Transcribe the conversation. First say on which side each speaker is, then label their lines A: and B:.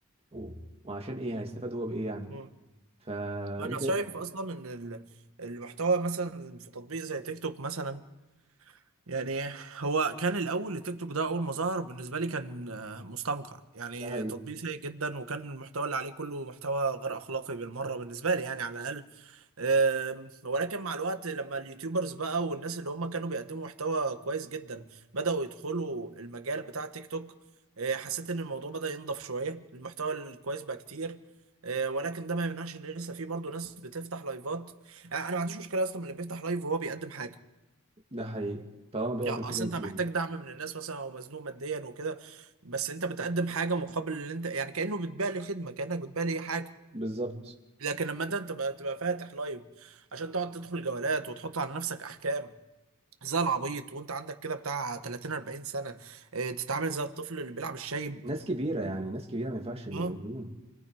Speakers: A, on the right; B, on the right.
A: و- وعشان ايه هيستفاد هو بإيه يعني
B: مم.
A: فانت
B: انا شايف اصلا ان ال- المحتوى مثلا في تطبيق زي تيك توك مثلا يعني هو كان الاول التيك توك ده اول ما ظهر بالنسبه لي كان آه، مستنقع يعني
A: ده حقيقي
B: تطبيق سيء جدا وكان المحتوى اللي عليه كله محتوى غير اخلاقي بالمره بالنسبه لي يعني على الاقل أم، ولكن مع الوقت لما اليوتيوبرز بقى والناس اللي هم كانوا بيقدموا محتوى كويس جدا بدأوا يدخلوا المجال بتاع تيك توك أه، حسيت ان الموضوع بدأ ينضف شوية المحتوى الكويس بقى كتير أه، ولكن ده ما يمنعش ان لسه في برضه ناس بتفتح لايفات يعني انا ما عنديش مشكلة اصلا من اللي بيفتح لايف وهو بيقدم حاجة
A: ده حقيقي طالما بيقدم
B: يعني اصل
A: حاجة مفيدة
B: انت محتاج دعم من الناس مثلا او مزنوق ماديا وكده بس انت بتقدم حاجة مقابل اللي انت يعني كأنه بتبيع لي خدمة كأنك بتبيع لي حاجة
A: بالظبط
B: لكن لما انت تبقى تبقى فاتح لايف عشان تقعد تدخل جولات وتحط على نفسك احكام زي العبيط وانت عندك كده بتاع 30 40 سنه اه، تتعامل زي الطفل اللي بيلعب الشايب
A: ناس كبيرة يعني ناس كبيرة ما ينفعش اللي
B: اه
A: بيعملوه